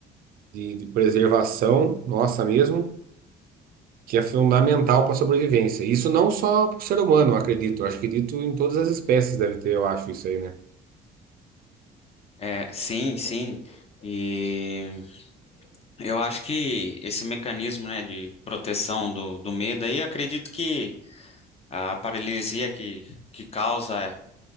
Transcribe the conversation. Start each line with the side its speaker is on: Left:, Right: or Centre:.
Right: de, de preservação nossa mesmo, que é fundamental para a sobrevivência. Isso não só para o ser humano, eu acredito. Eu acho que dito em todas as espécies deve ter, eu acho, isso aí, né?
Left: É, sim, sim. E eu acho que esse mecanismo, né, de proteção do, do medo aí, eu acredito que a paralisia que, que causa